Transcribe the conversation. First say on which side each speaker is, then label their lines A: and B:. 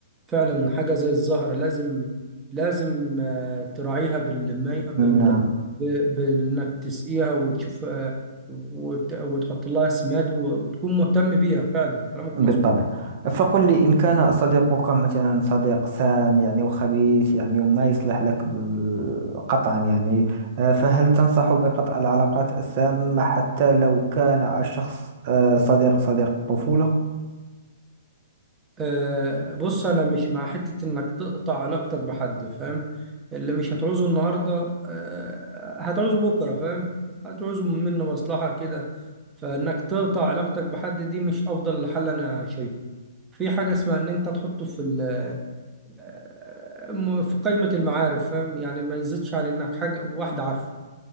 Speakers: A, on the right; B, on the right.
A: فعلا حاجة زي الزهر لازم لازم آه، تراعيها بالمي بال
B: نعم
A: ب- بانك تسقيها وتشوف آه، وت- وتحط لها سماد و- وتكون مهتم بيها فعلا كلامك
B: بالطبع
A: مظبوط
B: فقل لي إن كان صديقك مثلا صديق سام يعني وخبيث يعني وما يصلح لك ب- قطعا يعني آه فهل تنصح بقطع العلاقات السامة حتى لو كان الشخص آه صديق صديق طفولة؟
A: أه بص انا مش مع حتة انك تقطع علاقتك بحد فاهم اللي مش هتعوزه النهاردة أه هتعوزه بكرة فاهم هتعوزه منه مصلحة كده فانك تقطع علاقتك بحد دي مش افضل حل انا شايفه في حاجة اسمها ان انت تحطه في ال- آه، م- في قائمة المعارف فاهم يعني ما يزيدش عن انك حاجة واحد عارفه